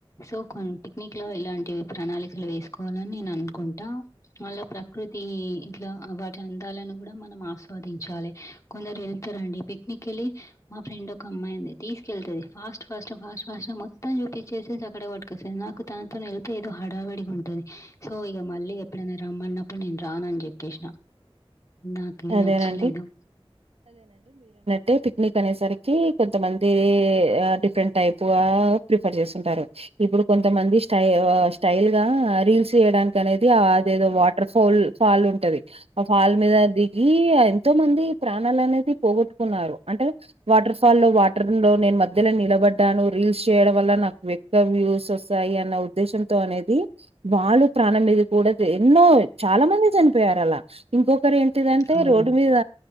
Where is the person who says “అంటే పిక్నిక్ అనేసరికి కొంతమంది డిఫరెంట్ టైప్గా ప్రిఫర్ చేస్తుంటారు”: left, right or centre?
Right